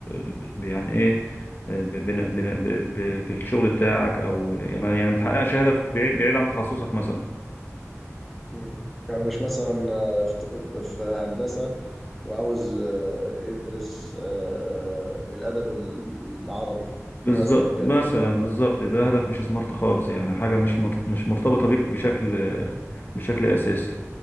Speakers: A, on the left; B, in the centre.
A: ب- يعني ايه آه، ب- بن- بن- ب- ب- بالشغل بتاعك او يعني ما يعني ما تحققش هدف بعيد بعيد عن تخصصك مثلا
B: مم. يعني مش مثلا آه، في طب في هندسة وعاوز آه، يدرس آه، الأدب العربي
A: بالظبط
B: <laughs> مثلا
A: مثلا
B: كده
A: بالظبط ده هدف مش سمارت خالص يعني حاجة مش مرت- مش مرتبطة بيك بشكل بشكل أساسي